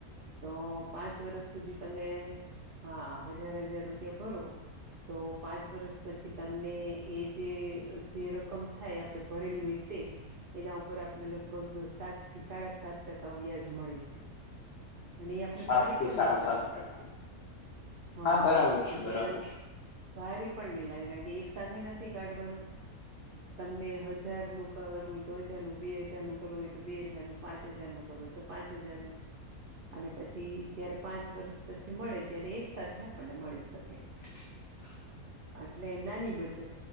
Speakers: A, on the right (about 80°); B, on the left (about 65°).
A: તો પાંચ વર્ષ સુધી તમે, હા હજાર હજાર રૂપિયા ભરો તો પાંચ વર્ષ પછી તમને એ જે જે રકમ થાય આપણે ભરેલી હોય તે. એના ઉપર આપને લગભગ સાત થી સાડા સાત ટકા વ્યાજ મળે છે. અને એ આપને
B: સાત
A: ભારી
B: થી
A: પણ
B: સાડા
A: નથી
B: સાત
A: લાગતું.
B: ટકા
A: હા
B: બરાબર છે
A: અને
B: બરાબર
A: આ
B: છે.
A: ભારી પણ નહી લાગે કારણ કે એક સાથે નથી કાઢવાનું તમને હજારનું કરવું હોય તો હજારનું, બે હજાર નું કરવું હોય તો બે હજારનું, પાંચ હજારનું કરવું હોય તો પાંચ હજાર નું. અને પછી જ્યારે પાંચ વર્ષ પછી મળે ત્યારે એક સાથે આપણને મળી શકે.
B: હ
A: એટલે નાની બચત